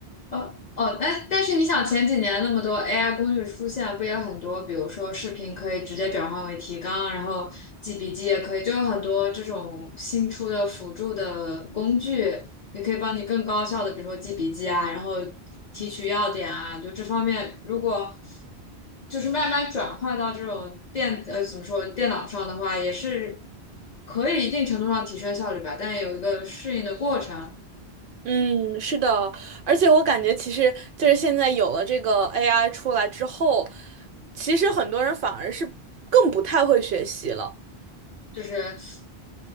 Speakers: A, on the left; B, on the right.
A: 哦哦，那但是你想前几年那么多 AI 工具出现，不也很多？比如说视频可以直接转换为提纲，然后记笔记也可以，就有很多这种新出的辅助的工具，也可以帮你更高效的，比如说记笔记啊，然后提取要点啊，就这方面，如果就是慢慢转换到这种电呃怎么说电脑上的话，也是可以一定程度上提升效率吧，但有一个适应的过程，
B: 嗯，是的，而且我感觉其实就是现在有了这个 AI 出来之后，其实很多人反而是更不太会学习了，
A: 就是。